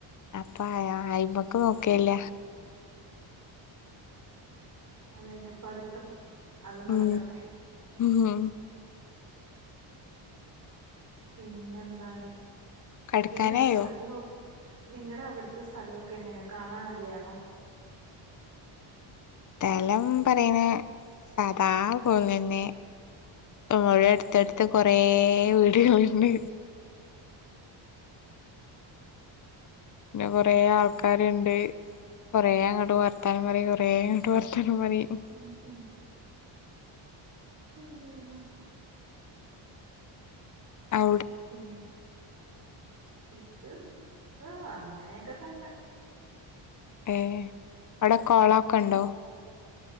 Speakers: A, on the left; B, on the right.
A: അപ്പോ അയ അയിമക്ക് നോക്കേല്ല.
B: അതേന്നെ പഠിത്തം അത് നടക്കട്ടെ.
A: ഉം ഉം
B: പിന്നെന്താണ്
A: കടക്കാനായോ
B: നിങ്ങടെ സ്ഥലവോ നിങ്ങടവിടുത്തെ സ്ഥലൊക്കെ എങ്ങനെ കാണാൻ നല്ലെയാണോ?
A: തെലം പറയ്‌ണെ സാദാപോലന്നെ. പ്പോയെടുത്തടുത്ത് കൊറേ വീടുകളുണ്ട്. പിന്നെ കൊറേ ആൾക്കാരുണ്ട് കൊറേ അങ്ങട്ട് വർ വർത്താന പറി കൊറേങ്ങട്ട് വർത്താനം പറയും
B: ഉം ഉം ഊ അ
A: ഔ
B: പിന്നെ ഇത് ആഹ് അങ്ങനേക്കെ തന്നെ.
A: ഏഹ് അവടെ കൊളോക്കെണ്ടോ?